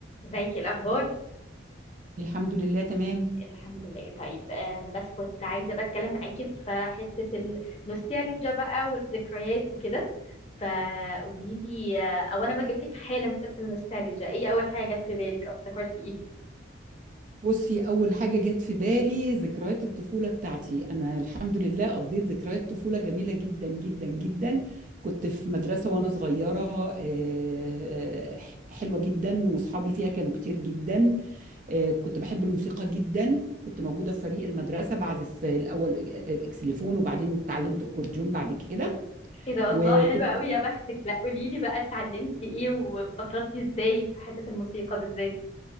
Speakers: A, on the left; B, on the right.
A: ازيك إيه الاخبار
B: الحمد لله تمام
A: الحمد لله طيب آه، انا بس كنت عايزه بقى اتكلم معاكي في حته النوستالجيا بقى والذكريات وكده فقولي لي آه، او انا بجيب لك حالا سيره النوستالجيا ايه اول حاجه جت في بالك او افتكرتي ايه
B: بصي أول حاجة جت في بالي ذكريات الطفولة بتاعتي أنا الحمد لله قضيت ذكريات طفولة جميلة جدا جدا جدا كنت في مدرسة وأنا صغيرة آه، حلوة جدا وأصحابي فيها كانوا كتير جدا آه، كنت بحب الموسيقى جدا كنت موجودة في فريق المدرسة بعزف الأول آه، إكسليفون وبعدين اتعلمت أكورديون بعد كده
A: ايه ده
B: وكنت
A: الله حلوه قوي يا بختك لا قولي لي بقى اتعلمتي ايه واتبسطتي ازاي في حته الموسيقى بالذات